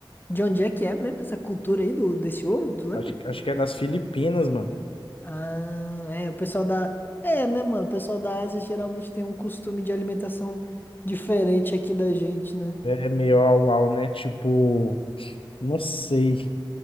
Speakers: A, on the left; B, on the left.
A: De onde é que é mesmo essa cultura aí do desse ovo, tu lembra?
B: Acho, acho que é das Filipinas, mano.
A: Ah, é, o pessoal da. É, né, mano? O pessoal da Ásia geralmente tem um costume de alimentação diferente aqui da gente, né?
B: É meio au-au, né? Tipo, não sei.